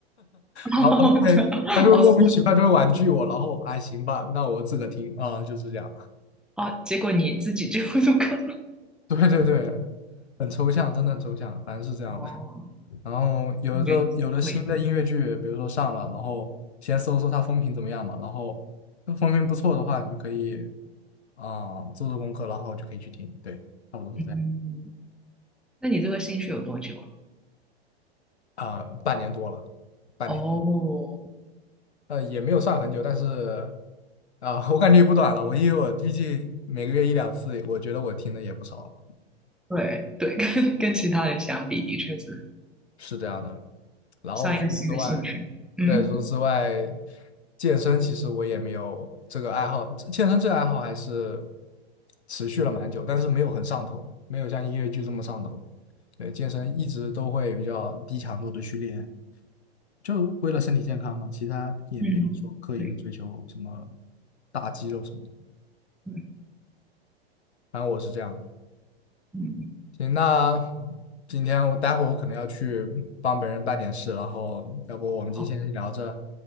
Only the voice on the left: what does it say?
然后他就会他就会莫名其妙就会婉拒我，然后哎行吧，那我自个听啊、嗯就是这样。
<laughs> 对对对，很抽象，真的很抽象，反正是这样的。
然后有的有的新的音乐剧，
比如说上了，然后先搜搜它风评怎么样嘛，然后那风评不错的话，你就可以啊、做做功课，然后就可以去听。对，差不多是这样
啊、半年多了，半年
呃也没有算很久，但是啊、我感觉也不短了。我因为我毕竟每个月一两次，我觉得我听的也不少了。
是这样的。然后除此之外，
对，除此之外，健身其实我也没有这个爱好，健身这个爱好还是持续了蛮久，但是没有很上头，没有像音乐剧这么上头。对，健身一直都会比较低强度的去练，就为了身体健康嘛，其他也没有说刻意的追求什么
大肌肉什么的。
反正我是这样的。
行，那今天我待会儿我可能要去帮别人办点事，然后要不我们今天先聊着。